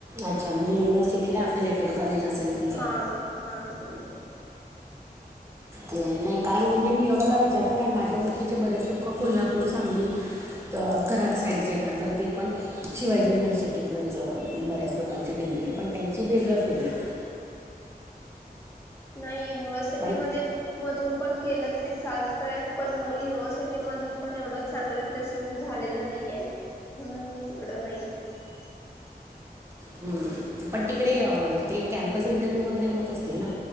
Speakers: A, on the right (about 15°); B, on the left (about 15°).
A: अच्छा म्हणजे युनिव्हर्सिटीला अफिलेटेड कॉलेज असेल तुमचं
B: हा हा तिकडून केलं.
A: नाही कारण म्हणजे मी एवढं का विचारतं कारण माझ्या ओळखीचे बरेच लोकं कोल्हापूर सांगली कराड साडीचे आहेत ना तर ते पण शिवाजी युनिव्हर्सिटीतलंच बऱ्याच लोकांची डिग्री पण त्यांची वेगळ फीलल्ड आहे
B: नाही युनिव्हर्सिटी
A: पण
B: म मधून पण केलं तरी चालतंय पण युनिव्हर्सिटी मधून पण एवढं चांगलं प्लेसमेंट झालेलं नाहीय म्हणून मी तिकडं नाही गे
A: हम्म पण तिकडे ते कॅम्पस इंटरव्ह्यू वगैरे होत असतील ना